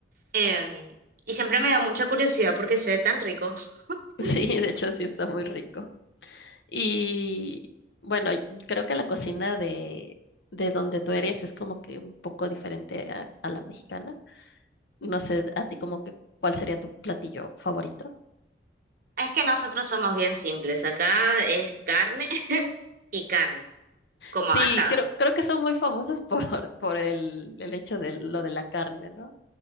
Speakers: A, on the right; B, on the left.
A: em, y siempre me da mucha curiosidad porque se ve tan rico.
B: Sí,
A: <laughs>
B: de hecho sí está muy rico. Y bueno, y creo que la cocina de, de donde tú eres es como que un poco diferente a, a la mexicana. No sé, a ti como que cuál sería tu platillo favorito.
A: Es que nosotros somos bien simples. Acá es carne <laughs> y carne, como
B: Sí,
A: asado.
B: creo, creo que son muy famosos <laughs> por, por el, el hecho de lo de la carne, ¿no?